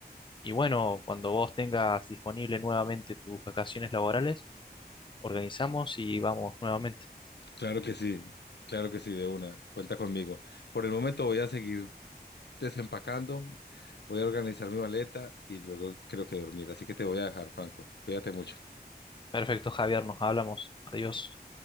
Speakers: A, on the left; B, on the left.
A: y bueno, cuando vos tengas disponible nuevamente tus vacaciones laborales, organizamos y vamos nuevamente.
B: Claro que sí, claro que sí, de una, cuenta conmigo. Por el momento voy a seguir desempacando, voy a organizar mi maleta y luego creo que dormir. Así que te voy a dejar, Franco. Cuídate mucho.
A: Perfecto, Javier, nos hablamos. Adiós.